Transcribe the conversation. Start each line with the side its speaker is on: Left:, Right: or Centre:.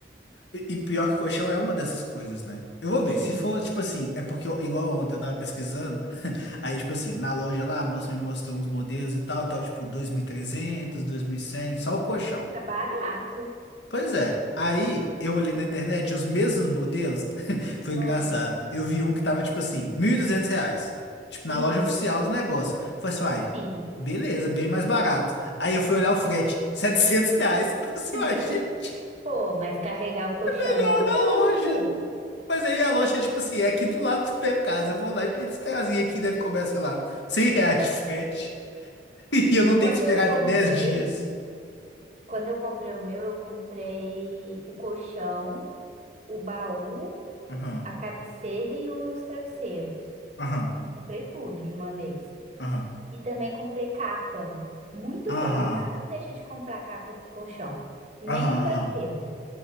Left: E e pior que colchão é uma dessas coisas, né? Eu vou ver,
Right: Sim,
Left: se for, tipo assim, é porque, eu- igual ontem eu tava pesquisando. Aí, tipo assim, na loja lá, a moça me mostrou uns modelos e tal, tal, tipo 2.300, 2.100, só o colchão.
Right: tá barato.
Left: Pois é. Aí, eu olhei na internet os mesmos modelos, <laughs> foi engraçado.
Right: Ah,
Left: Eu vi um que tava, tipo assim, 1.200 reais. Tipo,
Right: uhum.
Left: na loja oficial do negócio. Falei assim, uai,
Right: Sim.
Left: beleza, bem mais barato. Aí eu fui olhar o frete, <laughs> 700 reais. Eu falei assim,
Right: <laughs>
Left: uai, gente,
Right: Pô, mas carregar o colchão
Left: melhor
Right: é mó
Left: ir na
Right: trampo.
Left: loja. Mas aí a loja, tipo assim, é aqui do lado da minha casa. Eu vou lá e eles trazem aqui, deve cobrar, sei lá, 100 reais de frete. <laughs> E eu não tenho
Right: Quando
Left: que esperar
Right: eu comprei,
Left: tipo, dez dias.
Right: quando eu comprei o meu, eu comprei o colchão, o baú,
Left: Aham,
Right: a cabeceira e os travesseiros.
Left: aham,
Right: Comprei tudo de uma vez.
Left: aham,
Right: E também comprei capa. Muito
Left: aham,
Right: bom, tá? Não deixa de comprar capa pro colchão, nem
Left: aham,
Right: pro travesseiro.
Left: aham,